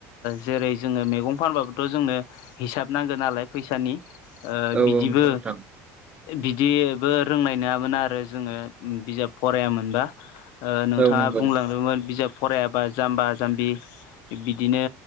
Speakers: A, on the left; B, on the right.
A: जेरै जोङो मैगं फानबाबो थ' जोंनो हिसाब नांगोन नालाय फैसानि
B: ओं औ
A: बिदिबो
B: नंगौ नोंथां
A: बिदिबो रोंनाय नङामोन आरो जोङो बिजाब फरायामोनबा नोंथाङा
B: औ नंगौ
A: बुंलांदोंमोन बिजाब फरायाबा जाम्बा जाम्बि बिदिनो